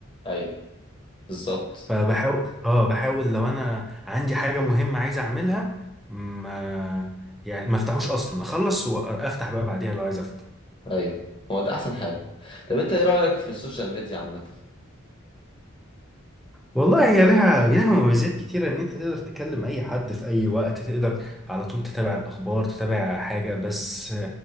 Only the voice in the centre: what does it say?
فبحاول اه بحاول لو انا عندي حاجه مهمه عايز اعملها ما يعني ما افتحوش اصلا اخلص وافتح بقى بعديها لو عايز افتح
والله هي لها لها مميزات كتيرة إن أنت تقدر تكلم أي حد في أي وقت تقدر على طول تتابع الأخبار تتابع حاجة بس